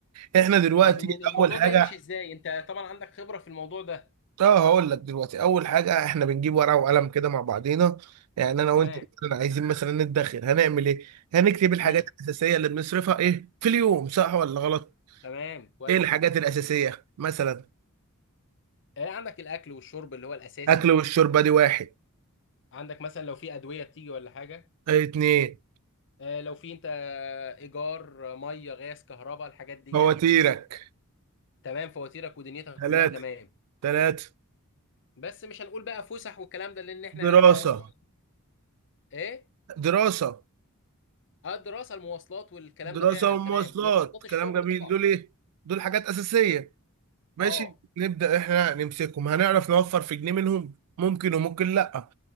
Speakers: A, on the right (about 85°); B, on the left (about 55°).
A: احنا دلوقتي
B: طب إن الموضوع
A: اول حاجه
B: ده يمشي ازاي انت طبعا عندك خبره في الموضوع ده
A: اه هقول لك دلوقتي اول حاجه احنا بنجيب ورقه وقلم كده مع بعضينا يعني انا
B: تمام
A: وانت مثلا عايزين مثلا ندخر هنعمل ايه هنكتب الحاجات
B: امم
A: الاساسيه اللي بنصرفها ايه في اليوم صح ولا غلط
B: تمام كويس
A: ايه الحاجات الاساسيه مثلا
B: آه عندك الاكل والشرب اللي هو الاساسي
A: اكل والشرب دي واحد
B: عندك مثلا لو في ادويه بتيجي ولا حاجه
A: ايه اتنين
B: آه لو في انت ايجار آه، ميه غاز كهرباء الحاجات ديت
A: فواتيرك
B: تمام فواتيرك ودنيتك
A: تلاتة
B: كلها تمام
A: تلاتة
B: بس مش هنقول بقى فسح والكلام ده لان احنا
A: دراسه
B: انت اصلا ايه
A: دراسه
B: اه الدراسه المواصلات والكلام
A: دراسة
B: ده فعلا
A: ومواصلات
B: تمام ومواصلات الشغل
A: كلام جميل
B: طبعا
A: دول ايه دول حاجات أساسية ماشي
B: اه
A: نبدأ احنا نمسكهم هنعرف نوفر في جنيه منهم ممكن وممكن لأ